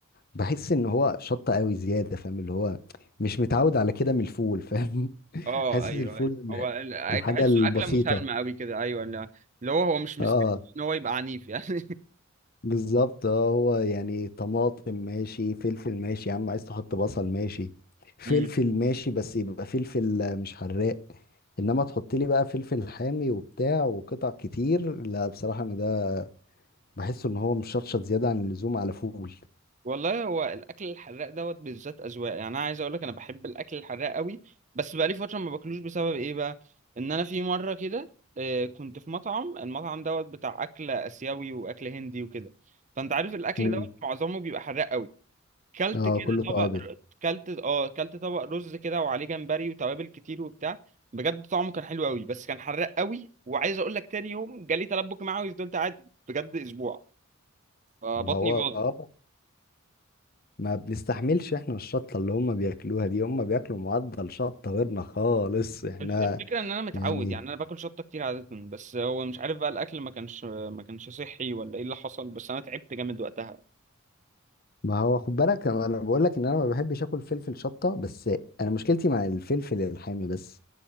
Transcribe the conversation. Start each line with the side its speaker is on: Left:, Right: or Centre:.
Left: بحس ان هو شطه قوي زياده فاهم اللي هو مش متعود على كده من الفول فاهم <laughs>
Right: اه
Left: حاسس
Right: ايوه
Left: الفول
Right: ايوه هو ال-
Left: الحاجه
Right: تحسه
Left: البسيطه
Right: اكلة مسالمة قوي كده ايوه لا- اللي هو هو مش مستني
Left: اه
Right: ان هو يبقى عنيف يعني
Left: بالظبط اه هو يعني طماطم ماشي فلفل ماشي يا عم عايز تحط بصل ماشي فلفل
Right: <laughs>
Left: ماشي بس يبقى فلفل آه، مش حراق انما تحط لي بقى فلفل حامي وبتاع وقطع كتير لا بصراحه انا ده بحسه ان هو مشطشط زياده عن اللزوم على فول
Right: والله هو الاكل الحراق دوت بالذات اذواق يعني انا عايز اقول لك انا بحب الاكل الحراق قوي بس بقالي فتره ما باكلوش بسبب ايه بقى ان انا في مره كده آه، كنت في مطعم المطعم دوت بتاع اكل اسيوي واكل هندي وكده فانت عارف الاكل
Left: مم.
Right: دوت معظمه بيبقى حراق قوي كلت
Left: اه
Right: كده
Left: كله توابل
Right: طبق كلت اه كلت طبق رز كده وعليه جمبري وتوابل كتير وبتاع بجد طعمه كان حلو قوي بس كان حراق قوي وعايز اقول لك تاني يوم جالي تلبك معوي فضلت قاعد بجد اسبوع فبطني
Left: ما هو
Right: باظت
Left: اه ما بنستحملش احنا الشطة اللي هم بياكلوها دي هم بياكلوا معدل شطة غيرنا خالص احنا
Right: الف- الفكرة ان انا متعود
Left: يعني
Right: يعني انا باكل شطة كتير عادة بس هو مش عارف بقى الاكل ما كانش ما كانش صحي ولا ايه اللي حصل بس انا تعبت جامد وقتها
Left: ما هو خد بالك انا أنا بقول لك ان انا ما بحبش اكل فلفل شطة بس انا مشكلتي مع الفلفل الحامي بس